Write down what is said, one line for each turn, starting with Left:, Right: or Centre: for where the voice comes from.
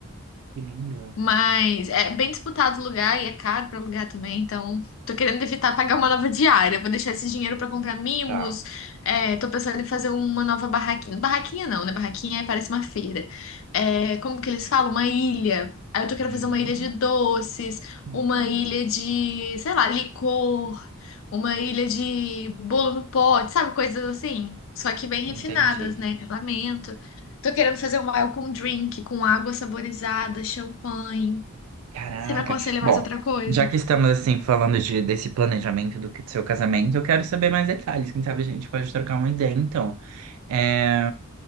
Right: que linda.
Left: Mas é bem disputado o lugar e é caro para alugar também, então tô querendo evitar pagar uma nova diária. Vou deixar esse dinheiro para comprar mimos.
Right: Tá.
Left: É, tô pensando em fazer uma nova barraquinha. Barraquinha não, né? Barraquinha é- parece uma feira. É, como que eles falam? Uma ilha. Aí eu tô querendo
Right: Hum,
Left: fazer uma ilha de doces,
Right: hum,
Left: uma ilha de, sei lá, licor, uma ilha de bolo no pote, sabe? Coisas assim. Só que bem
Right: entendi.
Left: refinadas, né? Casamento. Tô querendo fazer um welcome drink com água saborizada, champanhe.
Right: Caraca.
Left: Você me aconselha
Right: Bom,
Left: mais outra coisa?
Right: já que estamos, assim, falando de, desse planejamento do que- do seu casamento, eu quero saber mais detalhes. Quem sabe a gente pode trocar uma ideia, então. É,